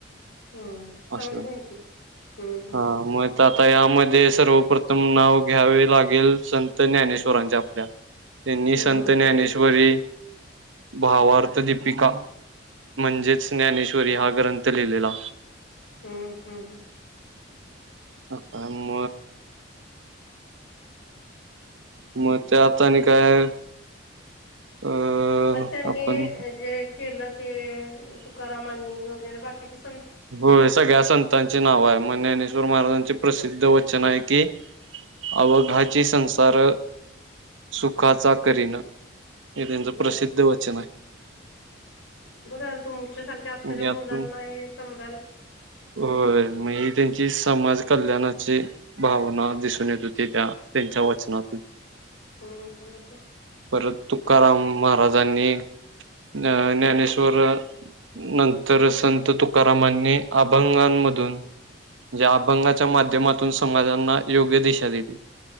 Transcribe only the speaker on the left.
हम्म चांगली
माहिती हम्म हम्म
हम्म
हम्म
बरोबर
हम्म हम्म हम्म.
मग त्यांनी
जे केलं ते तुकारामांनी वगैरे बाकीच्या स
बर
बरंल झाल तुमच्या सारख्या
आत्ताच्या
मुलांना हे सम
हम्म हम्म